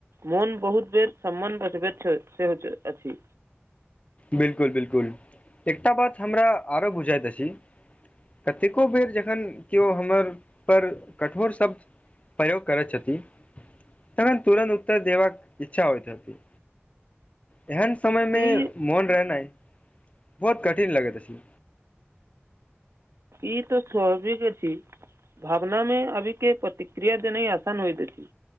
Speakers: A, on the right; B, on the left.
A: मोन बहुत बेर सम्मान प्रतब से
B: बिल्कुल बिल्कुल एकटा बात हमरा आरो बुझाइत अछि कतेको बेर जखन केओ हमर पर कठोर शब्द प्रयोग करैतै छथि तखन तुरन्त उत्तर देबाक इच्छा होइतती एहन समय मे
A: ई
B: मोन रहनाय बहुत कठिन लगेत अछि
A: ई तो स्वााविक अछि भावना मे आबी के प्रति क्रियाा देने ही आसान होइत अछि